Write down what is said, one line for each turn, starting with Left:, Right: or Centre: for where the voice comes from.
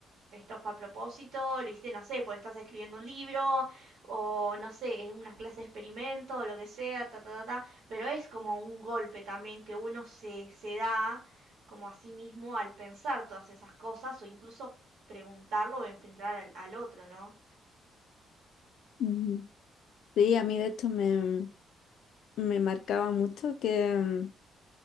Right: esto fue a propósito, lo hiciste, no sé, porque estás escribiendo un libro, o no sé, es una clase de experimento, o lo que sea, ta, ta, ta, ta pero es como un golpe también que uno se, se da como a sí mismo al pensar todas esas cosas o incluso preguntarlo o enfrentar al, al otro, ¿no?
Left: Mm. Sí, a mí de hecho me, me marcaba mucho que